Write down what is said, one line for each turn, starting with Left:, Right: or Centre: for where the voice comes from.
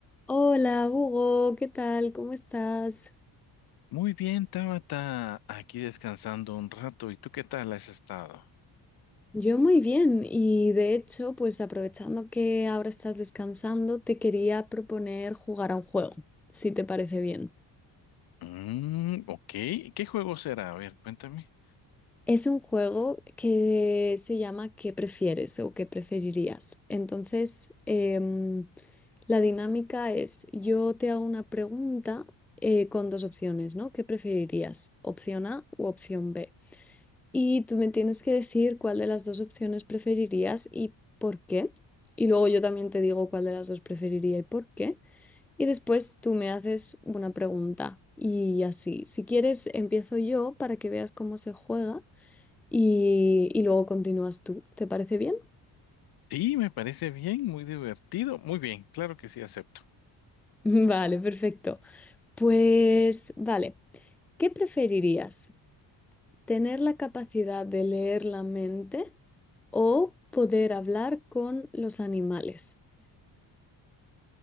Centre: Hola, Hugo, ¿qué tal? ¿Cómo estás?
Left: Muy bien, Tabata, aquí descansando un rato. ¿Y tú qué tal has estado?
Centre: Yo muy bien y de hecho, pues aprovechando que ahora estás descansando, te quería proponer jugar a un juego, si te parece bien.
Left: Mm, ok, ¿qué juego será? A ver, cuéntame.
Centre: Es un juego que se llama ¿Qué prefieres o qué preferirías? Entonces, em, la dinámica es, yo te hago una pregunta eh, con dos opciones, ¿no? ¿Qué preferirías? Opción A u opción B. Y tú me tienes que decir cuál de las dos opciones preferirías y por qué. Y luego yo también te digo cuál de las dos preferiría y por qué. Y después tú me haces una pregunta. Y así, si quieres, empiezo yo para que veas cómo se juega y, y luego continúas tú. ¿Te parece bien?
Left: Sí, me parece bien, muy divertido. Muy bien, claro que sí, acepto.
Centre: <laughs> Vale, perfecto. Pues vale, ¿qué preferirías? ¿Tener la capacidad de leer la mente o poder hablar con los animales?